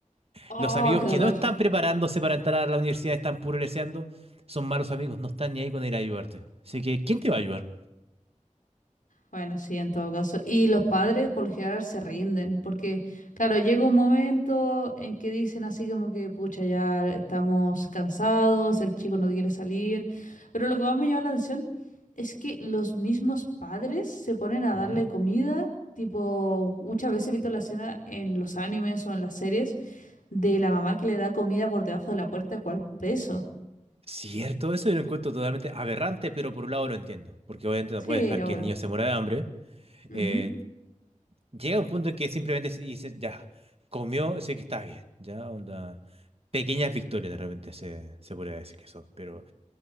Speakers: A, on the left (about 85°); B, on the right (about 50°).
A: Oh,
B: Los amigos
A: qué
B: que
A: dolor.
B: no están preparándose para entrar a la universidad, están puruleseando, son malos amigos, no están ni ahí con ir a ayudarte. Así que, ¿quién te va a ayudar?
A: Bueno, sí, en todo caso. Y los padres por lo general se rinden, porque, claro, llega un momento en que dicen así como que, pucha, ya estamos cansados, el chico no quiere salir. Pero lo que más me llama la atención es que los mismos padres se ponen a darle
B: Ujú.
A: comida. Tipo, muchas veces he visto la escena en los animes o en las series de la mamá que le da comida por debajo de la puerta, cual preso.
B: Cierto, eso yo lo encuentro totalmente aberrante, pero por un lado lo entiendo, porque obviamente no
A: Sí,
B: puedes dejar
A: obvio.
B: que el niño se muera de hambre.
A: Ujú.
B: Eh, llega un punto en que simplemente se dice, ya, comió, sé que está bien, ya, onda. Pequeñas victorias de repente se, se podría decir que son, pero